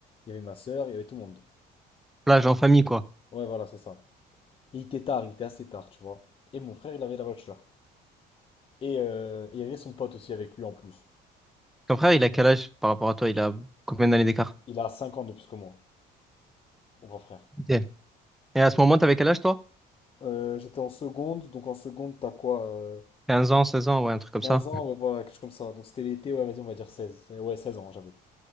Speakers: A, on the left; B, in the centre.
A: il y avait ma sœur, il y avait tout le monde.
B: Plage en famille, quoi.
A: Ouais, voilà, c'est ça. Et il était tard, il était assez tard, tu vois. Et mon frère, il avait la voiture. Et euh, il y avait son pote aussi avec lui en plus.
B: Ton frère, il a quel âge par rapport à toi? Il a combien d'années d'écart?
A: Il a 5 ans de plus que moi, mon grand frère.
B: Ok. Et à ce moment, t'avais quel âge, toi?
A: Euh, j'étais en seconde, donc en seconde, t'as quoi?
B: quinze ans, 16 ans, ouais, un truc comme
A: quinze
B: ça.
A: ans, ouais, voilà, quelque chose comme ça. Donc c'était l'été, ouais, vas-y, on va dire seize Eh Ouais, 16 ans, j'avais.